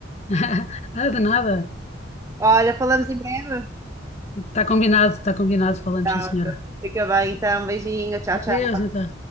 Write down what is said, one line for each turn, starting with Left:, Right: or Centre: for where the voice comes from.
Left: <laughs> Ah, de nada.
Right: Olha, falamos em breve.
Left: Está combinado, está combinado. Falamos,
Right: Tá,
Left: sim, senhora.
Right: fica bem então, beijinho, tchau, tchau.
Left: Adeus, então.